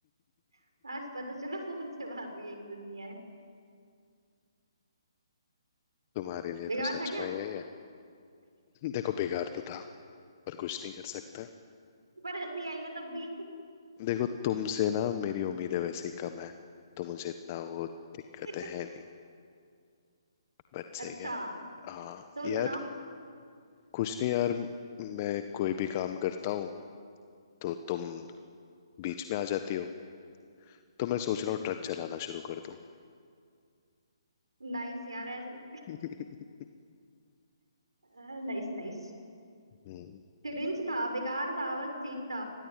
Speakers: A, on the right; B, on the left.
A: <laughs> आज पता चला फोन से बाहर भी एक दुनिया है
B: तुम्हारे लिए
A: बेकार
B: तो सच
A: था क्या
B: में ये है देखो बेकार तो था पर कुछ नहीं कर सकता
A: पर हंसी आई ना तब भी
B: देखो तुमसे ना मेरी उम्मीदें वैसे ही कम है तो मुझे इतना वो दिक्कतें
A: <laughs>
B: हैं नहीं बट सही
A: अच्छा
B: है हाँ
A: तुम
B: यार
A: सुनाओ
B: कुछ नहीं यार मैं कोई भी काम करता हूँ तो तुम बीच में आ जाती हो तो मैं सोच रहा हूँ ट्रक चलाना शुरू कर दूँ
A: नाइस यार ऐसे
B: <laughs>
A: Nice nice
B: हम्म,
A: क्रिंज था बेकार था बस ठीक था